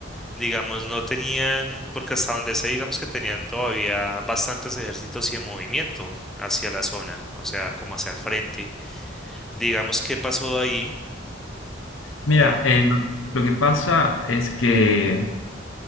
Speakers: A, in the centre; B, on the left (about 90°).
A: Digamos, no tenían, porque hasta donde sé, digamos que tenían todavía bastantes ejércitos y en movimiento hacia la zona, o sea, como hacia el frente. Digamos, ¿qué pasó ahí?
B: Mira,
A: De,
B: eh, lo lo que pasa es que